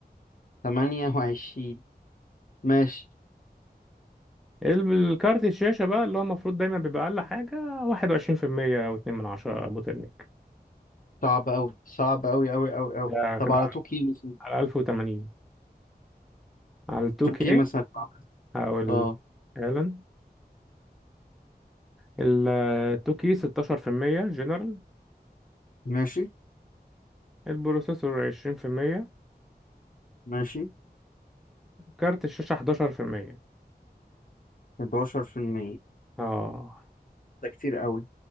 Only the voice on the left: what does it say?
تمانية وعشرين ماشي
صعب أوي صعب أوي أوي أوي أوي
طب
على
توكي مثلا
توكي مثلا هتتعمل.
اه
ماشي
ماشي
11%
ده كتير أوي